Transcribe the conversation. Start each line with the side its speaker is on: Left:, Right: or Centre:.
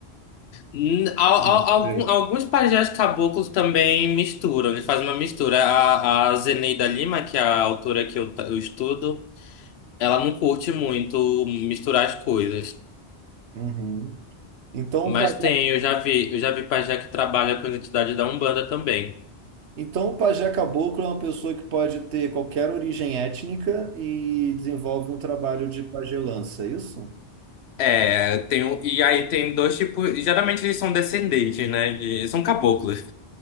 Left: N- al-
Right: Hum,
Left: al- algum-
Right: jeito.
Left: alguns pajés caboclos também misturam, eles fazem uma mistura. A, a Zeneida Lima, que é a autora que eu, ta- eu estudo, ela não curte muito misturar as coisas.
Right: Uhum. Então,
Left: Mas
Right: o pajé,
Left: tem, eu já vi, eu já vi pajé que trabalha com a identidade da Umbanda também.
Right: então, o pajé caboclo é uma pessoa que pode ter qualquer origem étnica e desenvolve um trabalho de pajelança, é isso?
Left: É, tem, um- e aí tem dois tipos. Geralmente eles são descendentes, né? de- são caboclos.